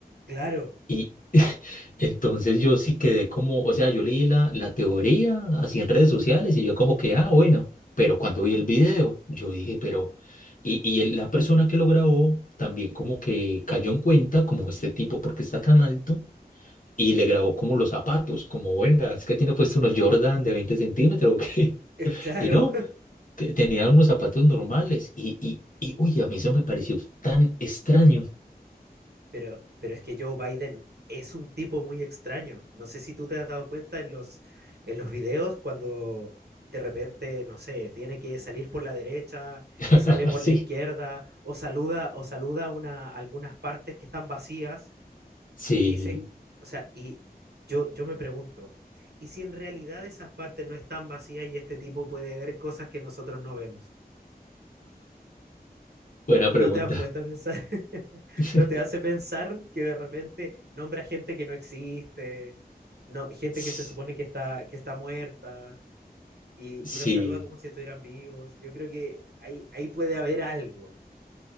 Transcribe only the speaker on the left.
Y entonces yo sí quedé como, o sea, yo leí la, la teoría así en redes sociales y yo como que, ah, bueno, pero cuando vi el video, yo dije, pero, y, y el- la persona que lo grabó también como que cayó en cuenta como este tipo, porque está tan alto, y le grabó como los zapatos, como, venga, es que tiene puesto unos Jordan de 20 centímetros, ¿o qué?
<laughs>
Y no, te- tenía unos zapatos normales y, y, y, uy, a mí eso me pareció tan extraño.
<laughs>
Sí,
sí,
buena
pregunta.
<laughs>
S-
Sí,